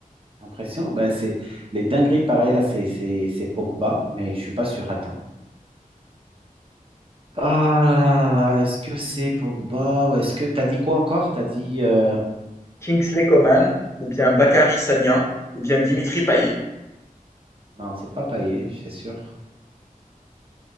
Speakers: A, on the right; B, on the left.
A: Impression. Ben, c'est les dingueries, pareil, là, c'est c'est- c'est Pogba, mais je suis pas sûr. Attends. Ah là là là là, est-ce que c'est Pogba ou est-ce que t'as dit quoi encore? T'as dit euh,
B: Kingsley Coman, ou bien Bakary Sagna, ou bien Dimitri Payet.
A: non, c'est pas Payet, c'est sûr.